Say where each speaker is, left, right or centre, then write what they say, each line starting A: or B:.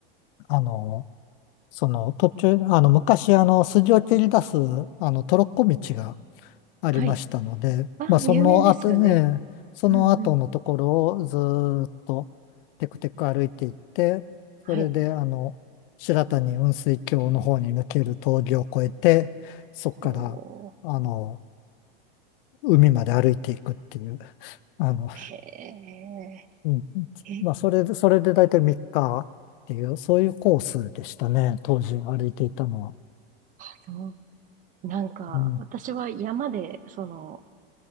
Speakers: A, on the left; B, on the right.
A: あのその途中、あの、昔、あの、筋を切り出す、あの、トロッコ道がありましたので、
B: はい。ああ、
A: まあ、その後ね、
B: 有名ですよね。
A: その後のところをずーっと
B: うんうん。
A: テクテク歩いていって、
B: はい。
A: それで、あの、白谷雲水峡の方に抜ける峠を越えて、そこから、
B: ほう。
A: あの、海まで歩いていくっていう、あの、
B: へえ、
A: うん
B: え、
A: まあ、それで、それで大体3日っていう、そういうコースでしたね、当時歩いていたのは。
B: そう。なんか、
A: うん、
B: 私は山で、その、